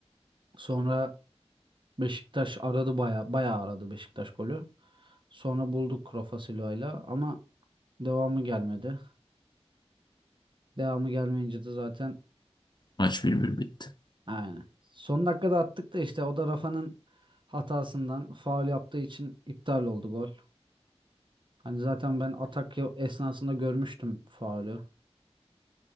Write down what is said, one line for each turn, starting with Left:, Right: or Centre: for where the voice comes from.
Right: Sonra Beşiktaş aradı baya baya aradı Beşiktaş golü. Sonra bulduk Rafa Silva'yla ama Devamı gelmedi. Devamı gelmeyince de zaten
Left: maç 1-1 bitti.
Right: aynen. Son dakikada attık da işte o da Rafa'nın hatasından faul yaptığı için iptal oldu gol. Hani zaten ben atak ya- esnasında görmüştüm faulü.